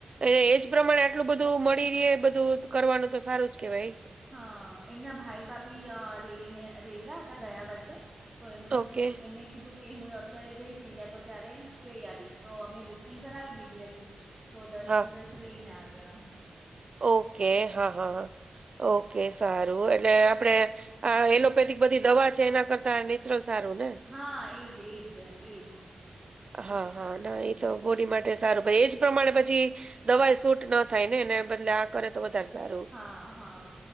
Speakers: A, on the right; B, on the right.
A: એ એજ પ્રમાણે આટલું બધું મળી રહી, બધું કરવાનું તો સારું જ કેવાય.
B: હા, એમના ભાઈ ભાભી રને, રહેલા હતા ગયા વર્ષે. તો એમણે
A: ઓકે
B: કીધું, એમણે કીધું. કે હું અત્યારે જઈશ ઇન્ડિયા તો ત્યારે જઈ આવીશ તો, અમે બુકિંગ કરાવી દીધી હતી. તો દસ
A: હા,
B: દિવસ રહીને આવ્યા.
A: ઓકે,
B: એવું
A: હા,
B: છે
A: હા, ઓકે, સારું એટલે આપડે આ એલોપેથિક બધી દવા છે, એના કરતાં નેચરલ સારું ને.
B: હા, એજ, એજ, એજ.
A: હા,
B: એજ સારું
A: હા, ના
B: છે
A: એ તો બોડી માટે સારું પ એજ. પ્રમાણે પછી દવાઈ સૂટ ન થાય ને, એ બદલે. કરે તો, વધારે સારું.
B: હા હા